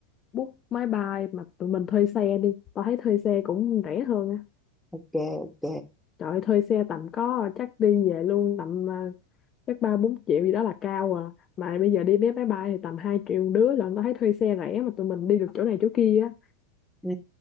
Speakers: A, on the left; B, in the centre.
A: book máy bay mà tụi mình thuê xe đi tao thấy thuê xe cũng rẻ hơn á
B: ok ok
A: Trời thuê xe tầm có chắc đi về luôn tầm à, chắc ba bốn triệu gì đó là cao à mà bây giờ đi vé máy bay thì tầm 2 triệu một đứa là tao thấy thuê xe rẻ mà tụi mình đi được chỗ này chỗ kia á
B: ừ.